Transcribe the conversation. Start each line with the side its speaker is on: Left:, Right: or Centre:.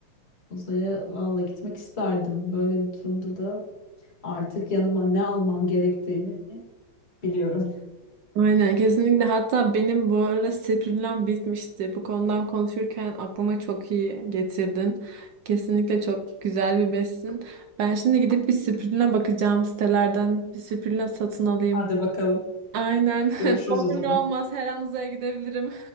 Left: Uzaya valla gitmek isterdim. Böyle bir durumda da artık yanıma ne almam gerektiğini Biliyorum.
Right: Aynen kesinlikle. Hatta benim bu ara spirulinam bitmişti. Bu konudan konuşurken aklıma çok iyi getirdin. Kesinlikle çok güzel bir besin. Ben şimdi gidip bir spirulina bakacağım sitelerden. Bir spirulina satın alayım.
Left: Hadi bakalım.
Right: Aynen.
Left: Görüşürüz
Right: <laughs> Ne olur
Left: o zaman.
Right: ne olmaz her an uzaya gidebilirim.